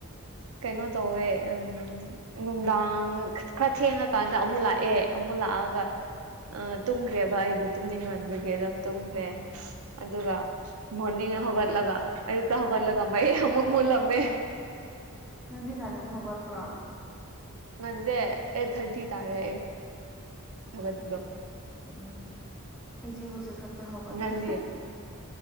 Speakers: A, on the right; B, in the centre.
A: ꯀꯩꯅꯣ ꯇꯧꯋꯦ ꯎꯝ ꯅꯨꯡꯗꯥꯡ ꯈꯔ ꯊꯦꯡꯉꯀꯥꯟꯗ ꯑꯃꯨꯛ ꯂꯥꯛꯑꯦ ꯑꯃꯨꯛ ꯂꯥꯛꯑꯒ ꯑ ꯇꯨꯝꯈ꯭ꯔꯦꯕ ꯑꯩꯗꯣ ꯇꯨꯝꯅꯤꯡꯃꯟꯕꯒꯤ ꯑꯗꯨꯝ ꯇꯨꯝꯈ꯭ꯔꯦ
B: ꯎꯝ
A: ꯑꯗꯨꯒ ꯃꯣꯔꯅꯤꯡ ꯍꯧꯒꯜꯂꯒ ꯑꯌꯨꯛꯇ ꯍꯧꯒꯠꯂꯒ ꯃꯩ ꯑꯃꯨꯛ ꯃꯨꯠꯂꯝꯃꯦ
B: ꯅꯪꯗꯤ ꯉꯟꯅꯅ ꯍꯧꯒꯠꯄ꯭ꯔꯣ
A: ꯉꯟꯗꯦ ꯑꯩꯠ ꯊꯥꯔꯇꯤ ꯇꯥꯔꯦ ꯑꯩ ꯍꯧꯒꯠꯄꯗꯣ
B: ꯎꯝ ꯎꯝ ꯑꯩꯁꯦ ꯍꯧꯖꯤꯛ ꯈꯛꯇ ꯍꯧꯒꯠꯂꯦ
A: ꯅꯪꯗꯤ